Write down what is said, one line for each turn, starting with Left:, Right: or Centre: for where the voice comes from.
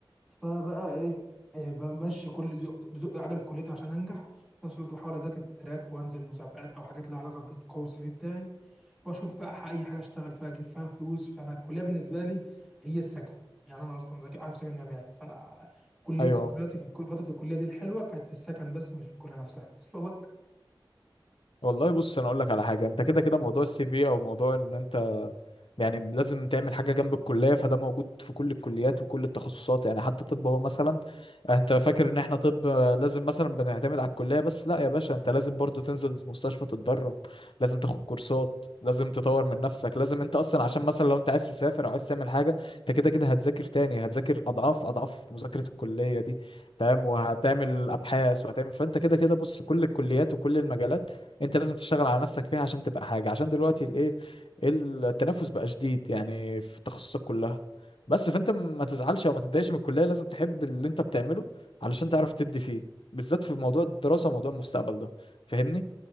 Centre: فبقى ايه إيه، بمشي كل زق بزق عجل في كليتي عشان انجح في نفس الوقت بحاول اذاكر تراك وانزل مسابقات او حاجات لها علاقه بتقوي السي في بتاعي واشوف بقى ح- اي حاجه اشتغل فيها اجيب فيها فلوس فانا الكليه بالنسبه لي هي السكن يعني انا اصلا ذاكر عارف سكن جامعي فانا كليه
Left: ايوه
Centre: ذكرياتي في الكل- فتره الكليه دي الحلوه كانت في السكن بس مش في الكليه نفسها <laughs> اصل لك
Left: والله بص انا اقول لك على حاجة انت كده كده موضوع السي في او موضوع ان انت يعني لازم تعمل حاجة جنب الكلية فده موجود في كل الكليات وكل التخصصات يعني حتى طب هو مثلا انت فاكر ان احنا طب لازم مثلا بنعتمد على الكلية بس لا يا باشا انت لازم برضو تنزل المستشفى تتدرب لازم تاخد كورسات لازم تطور من نفسك لازم انت اصلا عشان مثلا لو انت عايز تسافر او عايز تعمل حاجة انت كده كده هتذاكر تاني هتذاكر اضعاف اضعاف مذاكرة الكلية دي تمام وهتعمل ابحاث وهتعمل فانت كده كده بص كل الكليات وكل المجالات انت لازم تشتغل على نفسك فيها عشان تبقى حاجة عشان دلوقتي الايه التنافس بقى شديد يعني في التخصصات كلها بس فانت ما تزعلش او ما تتضايقش من الكليه لازم تحب اللي انت بتعمله علشان تعرف تدي فيه بالذات في موضوع الدراسه وموضوع المستقبل ده فاهمني